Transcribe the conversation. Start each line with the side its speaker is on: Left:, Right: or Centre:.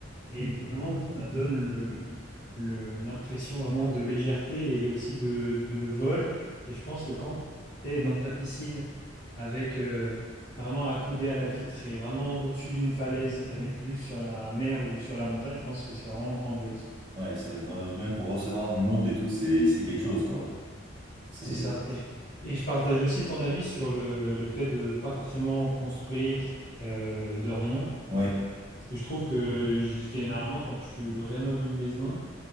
Left: Et vraiment, ça donne le, le- l'impression vraiment de légèreté et aussi de, de vol. Et je pense que quand tu es dans ta piscine avec euh, vraiment accoudé à la vitre et vraiment au-dessus d'une falaise avec vue sur la mer ou sur la montagne, je pense que c'est vraiment grandiose.
Right: Ouais, ça doit être grandiose. Même pour recevoir du monde et tout, c'est, c'est quelque chose, quoi. C'est,
Left: C'est ça. Et, je et je partage aussi ton avis sur le, le fait de pas forcément construire euh, de rien.
Right: ouais.
Left: Parce que je trouve que généralement, quand tu rénoves une maison,